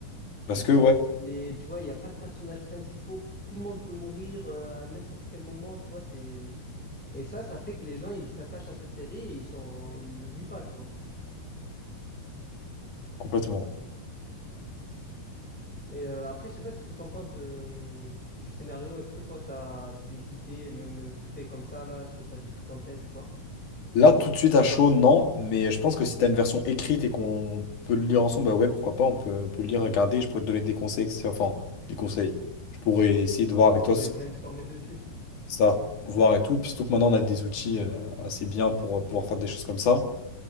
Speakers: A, on the left (about 55°); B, in the centre.
A: Parce
B: Il
A: que,
B: se passe
A: ouais,
B: les, tu vois, il n'y a pas de personnages principaux. Tout le monde peut mourir euh, à n'importe quel moment, tu vois. C'est et ça, ça fait que les gens ils s'attachent à cette série et ils sont, ils l'oublient pas, tu vois.
A: complètement.
B: Et euh, après, je sais pas ce que t'en penses de hum, du scénario. Est-ce que toi t'as des idées, même euh, vite fait comme ça là? Est-ce que t'as des trucs en tête ou pas?
A: Là, tout de suite à chaud, non, mais je pense que si tu as une version écrite et qu'on peut le lire ensemble, bah ouais, pourquoi pas, on peut, on peut le lire, regarder, je pourrais te donner des conseils, etc. Enfin, des conseils. Je pourrais essayer de voir
B: Ouais,
A: avec
B: on pourrait
A: toi si
B: brainstormer dessus.
A: ça, voir et tout, surtout que maintenant on a des outils euh, assez bien pour euh, pouvoir faire des choses comme ça.